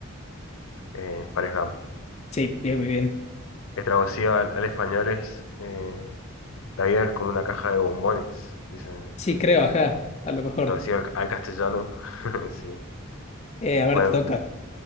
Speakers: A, on the left; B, on the left.
A: eh, Forrest Gump.
B: Sí, bien, muy bien.
A: Que traducido al, al español es eh, La vida es como una caja de bombones, dicen.
B: Sí, creo, ajá, a lo mejor.
A: Traducido al, al castellano. <laughs> Sí.
B: Eh, a ver,
A: Bueno,
B: te toca.